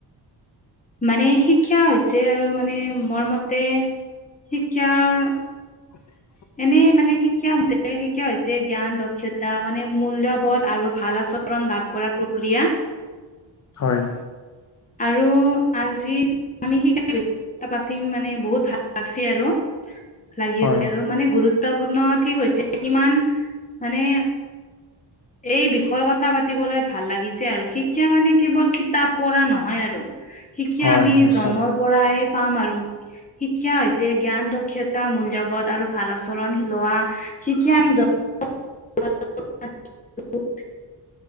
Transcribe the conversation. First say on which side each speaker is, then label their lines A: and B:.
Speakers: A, on the left; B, on the left.
A: মানে শিক্ষা হৈছে আৰু মানে মোৰ মতে শিক্ষাৰ
B: <inaudible>
A: এনেই মানে শিক্ষাতে শিক্ষা হৈছে জ্ঞান, দক্ষতা মানে মূল্যবোধ আৰু ভাল আচল ণ লাভ কৰাৰ প্ৰক্ৰিয়া।
B: হয়।
A: আৰু আজি আমি শিকাই বিষ। পাতিম মানে বহুত ভাল লাগছে আৰু লাগিছে
B: হয়
A: আৰু মানে গুৰুত্ব। গুৰুত্বপূৰ্ণ ঠিক হৈছে কিমান মানে। এই বিষয়ে কথা পাতিবলৈ ভাল লাগিছে আৰু শিকা মানে কেৱল কিতাপ পঢ়া ন নহয় আৰু শিক্ষা
B: হয়
A: আমি
B: নিশ্চয়
A: জন্মৰ পৰাই পাম আৰু। শিক্ষা হৈছে জ্ঞান দক্ষতা মূল্যবোধ আৰু ভাল আচৰণ লোৱা শিক্ষা আমি জ <unintelligible>